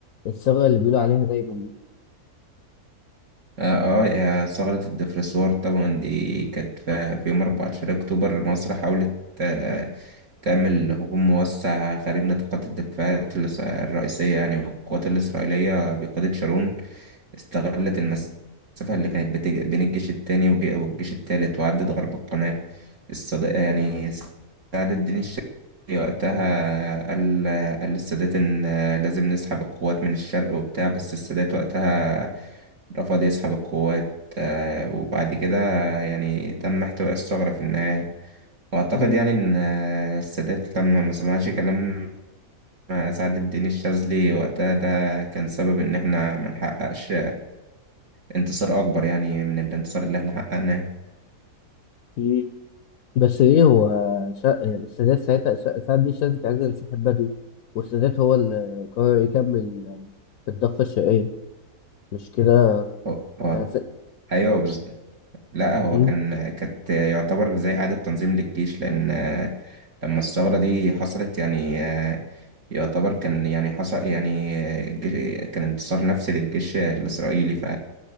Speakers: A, on the left; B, on the right.
A: الثغرة اللي بيقولوا عليها دايما دي
B: اه آه، يا ثغرة الدفرسوار طبعا دي كانت في في يوم 14 أكتوبر مصر حاولت آه، تعمل هجوم موسع خارج نطاقات الدفاعات الإس- الرئيسية يعني والقوات الإسرائيلية بقيادة شارون استغلت المسافة اللي كانت بتج... بين الجيش التاني وج- والجيش التالت وعدت غرب القناة الصديقة يعني سعد الدين الشاذلي وقتها قال قال للسادات إن لازم نسحب القوات من الشرق وبتاع بس السادات وقتها رفض يسحب القوات آه، وبعد كده يعني تم احتواء الثغرة في النهاية وأعتقد
A: مم.
B: يعني إن آه، السادات لما ما سمعش كلام سعد الدين الشاذلي وقتها ده كان سبب إن إحنا ما نحققش انتصار اكبر يعني من الانتصار اللي احنا حققناه
A: مم. بس ايه هو شا... يعني السادات ساعتها سا- ساعات دي الشاذلي كان عايز ينسحب بدري والسادات هو اللي قرر يكمل في الضفة الشرقية مش كده
B: هو هو-
A: هس-
B: ايوه بز- لا هو
A: مم.
B: كان كانت يعتبر زي إعادة تنظيم للجيش لأن آه، لما الثورة دي حصلت يعني آه، يعتبر كان يعني حصل يعني آه، الجيش كان انتصار نفسي للجيش الإسرائيلي ف